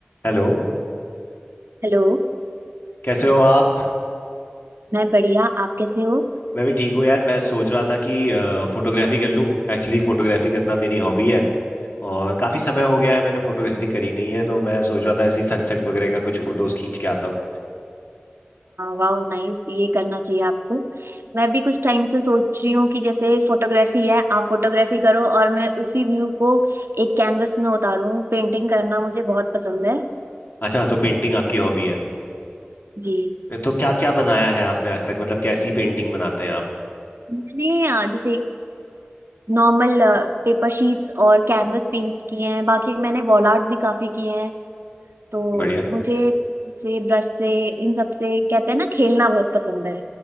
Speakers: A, on the left; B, on the right.
A: Hello
B: Hello
A: कैसे हो आप
B: मैं बढ़िया आप कैसे हो
A: मैं भी ठीक हूँ यार मैं सोच रहा था कि फोटोग्राफी कर लूँ एक्चुअली फोटोग्राफी करना मेरी हॉबी है और काफ़ी समय हो गया है मैंने फोटोग्राफी करी नहीं है तो मैं सोच रहा था ऐसे ही सनसेट वगैरह का कुछ फोटोज खींच के आता हूँ
B: वाह नाइस ये करना चाहिए आपको मैं भी कुछ टाइम से सोच रही हूँ कि जैसे फोटोग्राफी है आप फोटोग्राफी करो और मैं उसी व्यू को एक कैनवस में उतारूँ पेंटिंग करना मुझे बहुत पसंद है
A: अच्छा तो पेंटिंग आपकी हॉबी है
B: जी
A: तो क्या क्या बनाया है आपने आज तक मतलब कैसी पेंटिंग बनाते हैं आप
B: मैंने अ, जैसे नॉर्मल पेपर शीट्स और कैनवस पेंट किए हैं बाकी मैंने वॉल आर्ट भी काफी किए हैं तो
A: बढ़िया
B: मुझे से ब्रश से इन सब से कहते हैं ना खेलना बहुत पसंद है